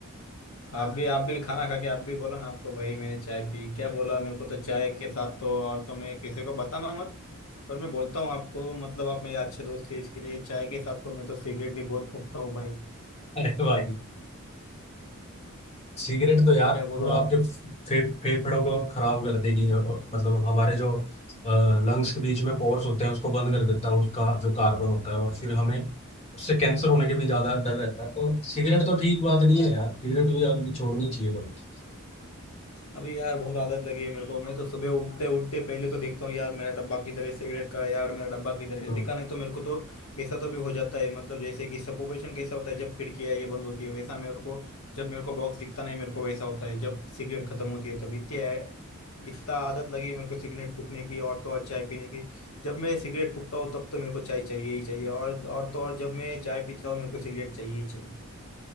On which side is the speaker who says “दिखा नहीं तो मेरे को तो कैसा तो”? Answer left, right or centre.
Left